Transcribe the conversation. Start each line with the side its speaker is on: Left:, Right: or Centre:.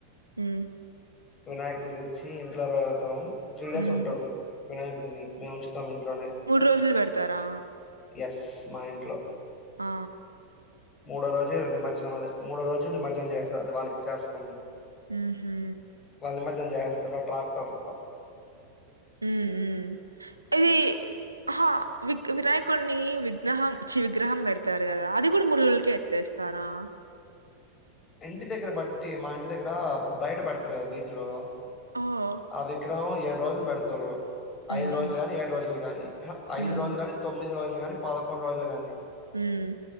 Right: హ్మ్.
Left: వినాయకుని తెచ్చి ఇంట్లో పెడతాం త్రీ డేస్
Right: హ్మ్.
Left: ఉంటారు వినాయకుడిని మేము ఉంచ్ మొత్తం ఇంట్లోనే
Right: రోజులు పెడతారా?
Left: ఎస్ మా ఇంట్లో
Right: ఆ
Left: మూడో రోజు నిమజ్జనం అదే మూడో రోజు నిమజ్జనం చేస్త అది వాళ్ళకి ఇచేస్తాం
Right: హుహు
Left: నిమజ్జనం చేసేస్తార ట్రాక్టర్
Right: ఉమ్ ఉమ్ ఇది ఆ విగ్ వినాయకుడిని విజ్ఞహం చి విగ్రహం పెడతారు కదా అది కూడా మురుగులకే ఎత్తేస్తారా. ఆ
Left: ఇంటి దగ్గర బట్టి మా ఇంటి దగ్గర బయటపడతారు కదా వీధిలో.
Right: ఓహ్!
Left: ఆ విగ్రహం ఏడు రోజులు బెడతారు.
Right: హుహు.
Left: ఐదు రోజులు గాని ఏడు రోజులు గానీ ఆహా
Right: హ్మ్.
Left: ఐదు రోజులు గాని తొమ్మిది రోజులు గాని పదకొండు రోజులు గాని.
Right: హ్మ్